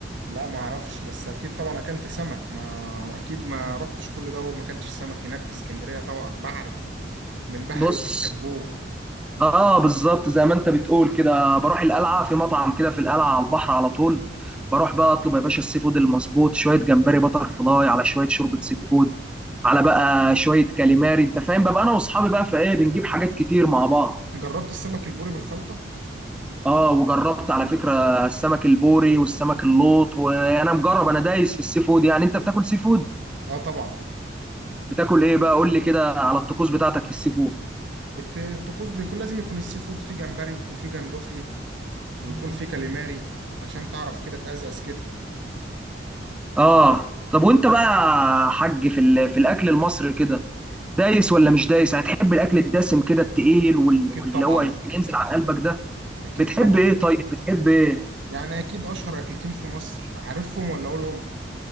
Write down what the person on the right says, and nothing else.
لا ما اعرفش بس اكيد طبعا اكلت سمك ما اكيد ما رحتش كل ده وما اكلتش سمك هناك في اسكندرية طبعا بحري من بحري
وبنحبوه
جربت السمك البوري بالخلطة
اه طبعا
الت- الطقوس بيكون لازم يكون السي فود فيه جمبري وفيه جندوفلي ويكون فيه كاليماري عشان تعرف كده تقزقز كده
اكيد
طبعا
اكيد
طبعا
يعني اكيد اشهر اكلتين في مصر عارفهم ولا اقولهم